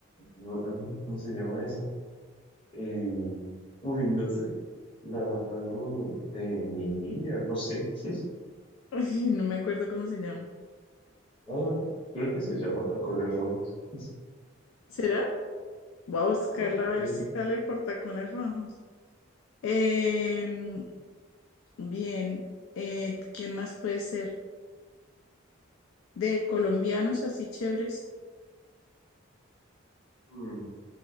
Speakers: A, on the left; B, on the left.
A: no, ay, ¿Cómo se llama eso? Eh, uy, no sé. La, algo de mi niña, no sé. <laughs>
B: Ay, no me acuerdo cómo se llama.
A: Ah, creo que se llama Tacones Rojos. <laughs>
B: ¿Será? Voy a buscarla
A: No,
B: a ver
A: eh,
B: si sale por tacones rojos. Em, bien, eh, ¿quién más puede ser? De colombianos así chéveres,
A: mm,